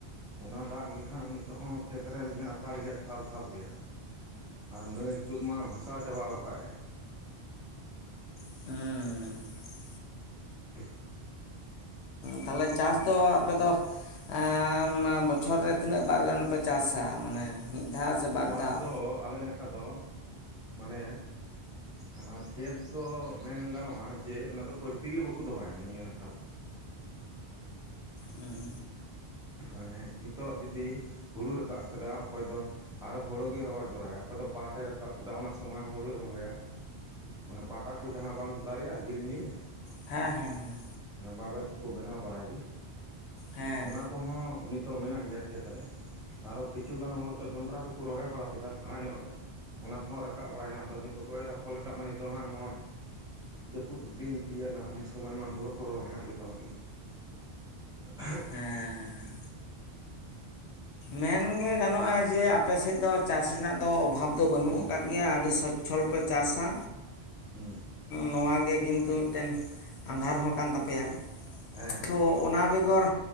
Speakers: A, in the centre; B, on the left.
A: ᱚᱱᱟ ᱫᱟᱜ ᱜᱮ ᱦᱟᱸᱜ ᱱᱤᱛᱚᱜ ᱦᱚᱸ, ᱠᱷᱮᱛᱨᱮ ᱢᱮᱱᱟᱜ ᱦᱟᱛᱟᱲ ᱜᱮᱭᱟ ᱠᱷᱟᱞ ᱠᱷᱟᱞ ᱛᱮᱭᱟᱜ᱾ ᱟᱨ ᱱᱟᱹᱭ ᱠᱚᱫ ᱢᱟ ᱵᱷᱟᱥᱟᱣ ᱪᱟᱵᱟᱣ ᱠᱟᱜᱼᱮ᱾
B: ᱦᱮᱸ,
A: <unintelligible> <unintelligible>
B: ᱛᱟᱦᱚᱞᱮ ᱪᱟᱥ ᱫᱚ, ᱟᱯᱮ ᱫᱚ? ᱮᱸᱢ ᱵᱚᱪᱷᱚᱨ ᱨᱮ ᱛᱤᱱᱟᱹᱜ ᱵᱟᱨ ᱜᱟᱱ ᱯᱮ ᱪᱟᱥᱟ, ᱢᱟᱱᱮ ᱢᱤᱫ ᱫᱷᱟᱣ ᱥᱮ ᱵᱟᱨ
A: ᱪᱟᱥ
B: ᱫᱷᱟᱣ
A: ᱫᱚ ᱟᱞᱮ ᱱᱟ ᱠᱟᱛᱷᱟ ᱫᱚ ᱢᱟᱱᱮ ᱚᱱᱟ ᱠᱷᱮᱛ ᱫᱚ ᱢᱮᱱ ᱜᱟᱱᱚᱜᱼᱟ ᱡᱮ, ᱚᱱᱟ ᱫᱚ ᱯᱟᱹᱲᱛᱤ ᱜᱮ ᱵᱟᱠᱚ ᱫᱚᱦᱚᱭᱟ ᱱᱤᱭᱟᱹ ᱱᱟᱠᱷᱟ ᱫᱚ᱾
B: ᱦᱮᱸ,
A: ᱢᱟᱱᱮ ᱱᱤᱛᱚᱜ ᱡᱩᱫᱤ, ᱦᱩᱲᱩ ᱨᱟᱠᱟᱵ ᱠᱮᱫᱟ ᱚᱠᱚᱭ ᱫᱚ ᱟᱨ ᱦᱳᱲᱳ ᱜᱮ ᱨᱚᱦᱚᱭ ᱫᱚᱨᱟᱭᱟ, ᱚᱠᱚᱭ ᱫᱚ ᱯᱟᱴ ᱮ ᱨᱟᱠᱟᱵ ᱠᱮᱫᱟ, ᱚᱱᱟ ᱥᱚᱢᱚᱭ ᱦᱚᱸ ᱦᱳᱲᱳᱭ ᱨᱚᱦᱚᱭᱟ᱾ ᱚᱱᱟ ᱯᱟᱴᱟ ᱠᱚ ᱡᱟᱦᱟᱸ ᱵᱟᱝ ᱫᱟᱨᱮᱜᱼᱟ, ᱡᱮᱞᱤᱧ ᱡᱮᱞᱤᱧ
B: ᱦᱮᱸ, ᱦᱮᱸ, ᱦᱮᱸ,
A: ᱵᱟᱵᱮᱨ ᱠᱚᱠᱚ ᱵᱮᱱᱟᱣ ᱵᱟᱲᱟᱭ ᱜᱮᱭᱟ,
B: ᱦᱮᱸ
A: ᱚᱱᱟ ᱠᱚᱦᱚᱸ ᱱᱤᱛᱚᱜ ᱢᱮᱱᱟᱜ ᱜᱮᱭᱟ ᱠᱷᱮᱛ ᱨᱮ ᱟᱨᱚ ᱠᱤᱪᱷᱩ ᱜᱟᱱ ᱦᱚᱲ ᱫᱚ, ᱡᱚᱱᱰᱨᱟ ᱠᱚᱠᱚ ᱨᱚᱦᱚᱭ ᱵᱟᱲᱟ ᱠᱮᱫᱟ, ᱞᱟᱦᱟ ᱧᱚᱜ ᱨᱮ᱾ ᱚᱱᱟ ᱠᱚᱦᱚᱸ ᱨᱟᱠᱟᱵ ᱵᱟᱲᱟᱭᱱᱟ, ᱟᱫᱚ ᱱᱤᱛᱚᱜ ᱠᱚᱭ ᱨᱟᱯᱚᱲ ᱠᱟᱜ ᱢᱟ ᱱᱤᱛᱚᱜ ᱦᱟᱜ ᱱᱚᱜᱼᱚᱭ ᱡᱟᱹᱯᱩᱫ ᱫᱤᱱ ᱛᱤᱭᱟᱹᱜ ᱱᱟ, ᱩᱱ ᱥᱚᱢᱚᱭ ᱢᱟ ᱦᱳᱲᱳ ᱠᱚ ᱨᱚᱦᱚᱭ ᱦᱟᱸᱜ ᱡᱚᱛᱚ ᱦᱚᱲ ᱜᱮ <inaudible>
B: ᱦᱮᱸ, ᱢᱮᱱ ᱜᱮ ᱜᱟᱱᱚᱜᱼᱟ ᱡᱮ, ᱟᱯᱮ ᱥᱮᱫ ᱫᱚ ᱪᱟᱥ ᱨᱮᱱᱟᱜ ᱫᱚ, ᱚᱵᱷᱟᱵᱽ ᱫᱚ ᱵᱟᱹᱱᱩᱜ
A: ᱦᱩᱸ
B: ᱠᱟᱫ ᱜᱮᱭᱟ ᱟᱹᱰᱤ ᱥᱚᱪᱷᱚᱞ ᱯᱮ ᱪᱟᱥᱟ,
A: ᱦᱩᱸ
B: ᱱᱚᱶᱟ ᱜᱮ ᱠᱤᱱᱛᱩ ᱢᱤᱫᱴᱮᱱ ᱟᱸᱫᱷᱟᱨ ᱦᱚᱸ ᱠᱟᱱ ᱛᱟᱯᱮᱭᱟ,
A: ᱦᱮᱸ
B: ᱛᱷᱚ ᱚᱱᱟ ᱵᱮᱜᱚᱨ